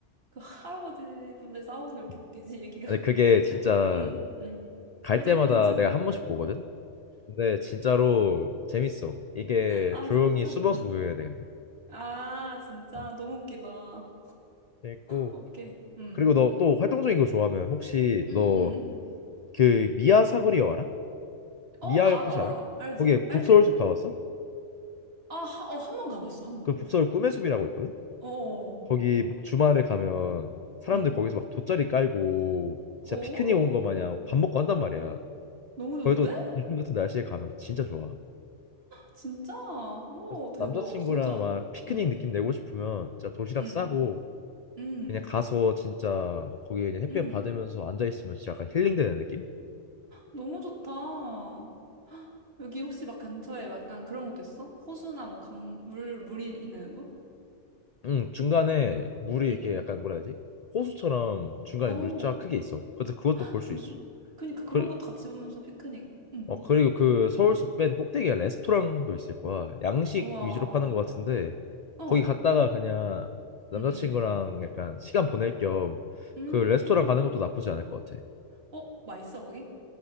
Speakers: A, on the right (about 55°); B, on the left (about 60°).
A: 그 할아버지 분들 싸우는 거 이렇게
B: 음.
A: 웃기지, 얘기가?
B: 근데 그게
A: <laughs>
B: 진짜
A: 응, 응.
B: 갈
A: 꿀잼
B: 때마다
A: 콘텐츠?
B: 내가 한 번씩 보거든. 근데 진짜로 재밌어. 이게
A: 아,
B: 조용히
A: 진짜?
B: 숨어서
A: 응.
B: 구경해야 되는데.
A: 아, 진짜.
B: 아,
A: 너무 웃기다.
B: 재밌고
A: 오케이. 응,
B: 그리고 너 또 활동적인 거 좋아하면 혹시
A: 응,
B: 너
A: 응.
B: 그 미아 사거리 여 알아? 미아
A: 어, 알아,
B: 역시 알아?
A: 알아. 알지,
B: 거기에 북서울숲
A: 알지.
B: 가봤어?
A: 아, 하- 어, 한 번 가봤어, 한 번.
B: 그 북서울 꿈의 숲이라고 있거든.
A: 어,
B: 거기 막 주말에 가면 사람들
A: 응.
B: 거기서 막 돗자리 깔고
A: 오,
B: 진짜 피크닉 온 거 마냥 밥 먹고 한단 말이야.
A: 너무 좋은데?
B: 거기도 요즘 같은 날씨에 가면 진짜 좋아.
A: 진짜? 우와,
B: 그래서
A: 대박.
B: 남자친구랑
A: 진짜.
B: 막 피크닉
A: 응,
B: 느낌 내고 싶으면 진짜 도시락
A: 응,
B: 싸고
A: 응,
B: 그냥 가서 진짜 거기 그냥 햇볕
A: 응.
B: 받으면서 앉아 있으면 진짜 약간 힐링되는 느낌?
A: 너무 좋다. <gasps> 여기 혹시 막 근처에 약간 그런 것도 있어? 호수나 뭐 강, 물, 물이 있는 곳?
B: 응, 중간에 물이
A: 응,
B: 이렇게
A: 응.
B: 약간 뭐라 해야 되지? 호수처럼 중간에
A: 오,
B: 물 쫙 크게 있어. 그래서 그것도
A: <gasps> 헉,
B: 볼
A: 진짜?
B: 수 있어.
A: 그니까 그런
B: 그
A: 것도 같이 보면서 피크닉. 응.
B: 어 그리고 그 서울숲밴 꼭대기에 레스토랑도 있을 거야. 양식
A: 우와.
B: 위주로 파는 것 같은데
A: 어,
B: 거기 갔다가 그냥 남자친구랑
A: 응, 응.
B: 약간 시간 보낼 겸
A: 응.
B: 그 레스토랑 가는
A: 음.
B: 것도 나쁘지 않을 것 같아.
A: 어, 맛있어, 거기?